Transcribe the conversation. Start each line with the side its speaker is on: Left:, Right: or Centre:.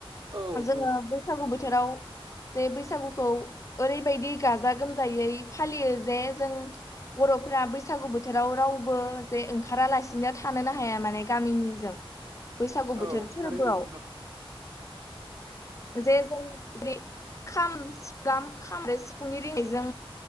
Right: औ
Left: जोङो
Right: औ
Left: बैसागु बोथोराव जे बैसागुखौ ओरैबायदि गाजा गोमजायै फालियो जे जों बर'फोरा बैसागु बोथोराव राव बो जे ओंखारालासिनो थानोनो हाया माने गामिनिजों बैसागु
Right: औ
Left: बोथोर फोरबोआव
Right: थारैनो नंगौ नोंथां
Left: जे जों जे खाम सि खाम आरो सिफुंनि रिनायजों